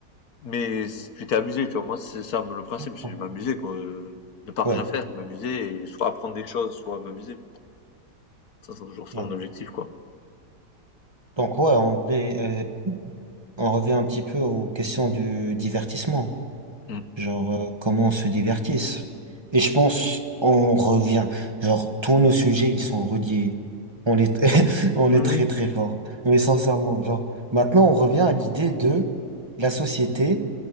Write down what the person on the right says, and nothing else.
Ouais,
ouais.
ouais.
Donc ouais, en vrai, euh, on revient un petit peu aux questions du divertissement.
genre euh, comment on se divertisse. Et je pense on revient, genre tous nos sujets ils sont reliés. On est <laughs> on
est très très fort. Mais sincèrement, genre maintenant on revient à l'idée de la société,